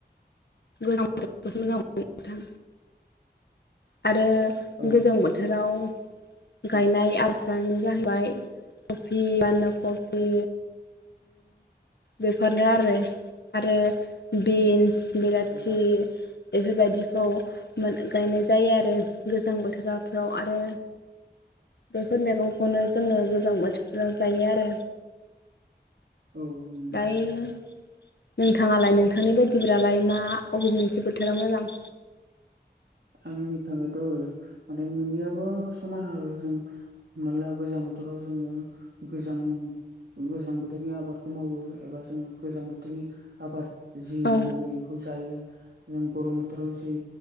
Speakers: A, on the left; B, on the right.
A: गोजां बोथोरखौसो मोजां मोनो नोंथां आरो
B: औ
A: गोजां बोथोराव गायनाय आबादफ्रानो जाहैबाय कफि, बानदा कफि बेफोरनो आरो। आरो बिन्स, बिलाथि
B: औ
A: बेफोरबायदिखौ मोनो गायनाय जायो आरो गोजां बोथोराव। रैआरो बेफोर मैगंखौनो जोङो गोजां बोथोरफ्राव जायो आरो।
B: औ <unintelligible>
A: दायो नोंथाङालाय नोंथांनि बायदिबालाय ना अबे मोनसे बोथोरा मोजां?
B: आंनि थाखायथ' आरो माने मोननैयाबो समान आरो जों हमना ला गोजां बोथोराव जोङो गोजाङो गोजां बोथोरनि आबादखौ मावो एबा जोङो गोजां बोथोरनि आबाद जि
A: औ
B: मोनो इखौ जायो जों गरम बोथोराव जि